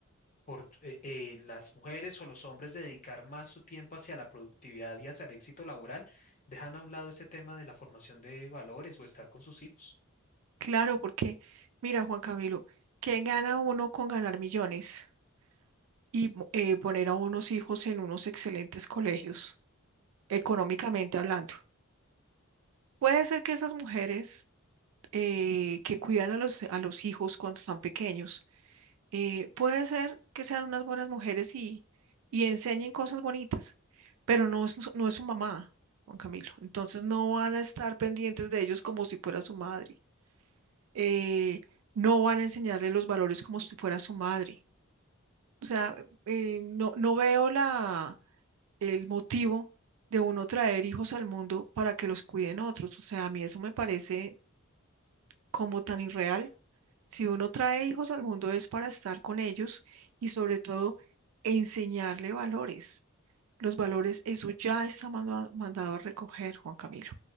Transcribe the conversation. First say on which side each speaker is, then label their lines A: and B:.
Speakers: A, on the left; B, on the right.
A: por eh, eh, las mujeres o los hombres dedicar más su tiempo hacia la productividad y hacia el éxito laboral, dejan a un lado ese tema de la formación de valores o estar con sus hijos.
B: Claro, porque mira, Juan Camilo, ¿qué gana uno con ganar millones y mo- eh, poner a unos hijos en unos excelentes colegios, económicamente hablando? Puede ser que esas mujeres eh, que cuidan a los, a los hijos cuando están pequeños, eh, puede ser que sean unas buenas mujeres y, y enseñen cosas bonitas, pero no es, su- no es su mamá, Juan Camilo. Entonces no van a estar pendientes de ellos como si fuera su madre. Eh, no van a enseñarle los valores como si fuera su madre. O sea, eh, no, no veo la, el motivo de uno traer hijos al mundo para que los cuiden otros. O sea, a mí eso me parece como tan irreal. Si uno trae hijos al mundo es para estar con ellos y sobre todo enseñarle valores. Los valores, eso ya está manda- mandado a recoger, Juan Camilo.